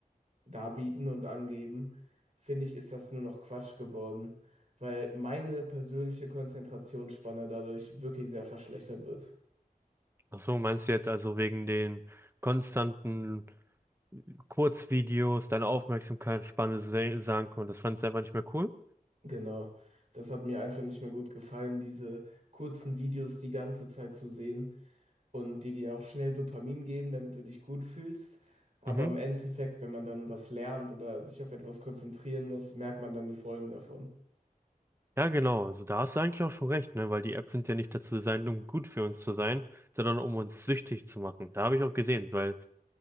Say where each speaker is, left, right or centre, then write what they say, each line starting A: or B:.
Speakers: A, on the right; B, on the right.
A: darbieten und angeben, finde ich, ist das nur noch Quatsch geworden, weil meine persönliche Konzentrationsspanne dadurch wirklich sehr verschlechtert wird.
B: Ach so, meinst du jetzt also wegen den konstanten Kurzvideos, deine Aufmerksamkeitsspanne se- sank und das fandest du einfach nicht mehr cool?
A: Genau, das hat mir einfach nicht mehr gut gefallen, diese kurzen Videos die ganze Zeit zu sehen und die dir auch schnell Dopamin geben, damit du dich gut fühlst. Aber
B: Mhm.
A: im Endeffekt, wenn man dann was lernt oder sich auf etwas konzentrieren muss, merkt man dann die Folgen davon.
B: Ja, genau. Also da hast du eigentlich auch schon recht, ne? Weil die Apps sind ja nicht dazu designt, um gut für uns zu sein, sondern um uns süchtig zu machen. Da habe ich auch gesehen, weil